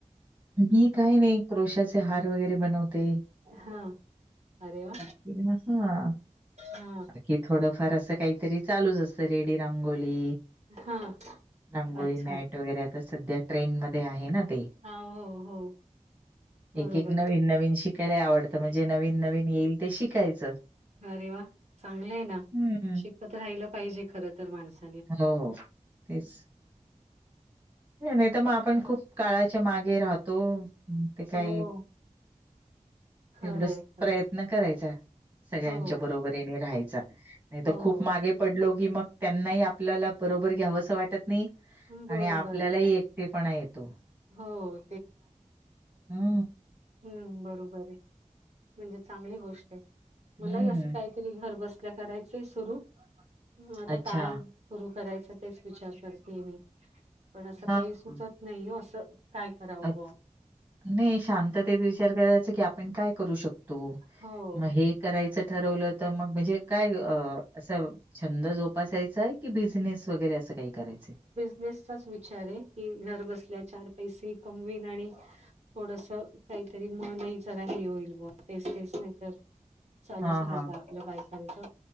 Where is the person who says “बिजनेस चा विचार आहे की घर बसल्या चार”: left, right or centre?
Right